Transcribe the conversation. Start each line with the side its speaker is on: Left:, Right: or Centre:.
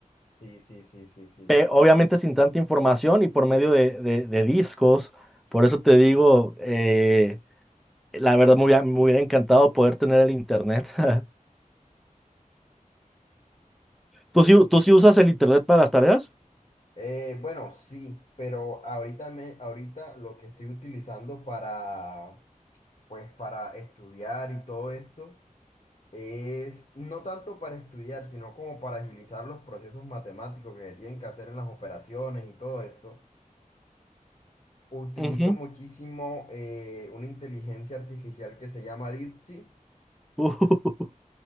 Left: Sí, sí, sí, sí, sí.
Centre: Pe- obviamente sin tanta información y por medio de, de- de discos, por eso te digo, eh, la verdad me hubiera, me hubiera encantado poder tener el internet. <laughs> ¿Tú sí, tú sí usas el internet para las tareas?
Left: Eh, bueno, sí, pero ahorita me, ahorita lo que estoy utilizando para pues para estudiar y todo esto, es no tanto para estudiar, sino como para agilizar los procesos matemáticos que se tienen que hacer en las operaciones y todo esto. Utilizo
Centre: Ujú.
Left: muchísimo eh, una inteligencia artificial que se llama Dipsy,
Centre: <laughs>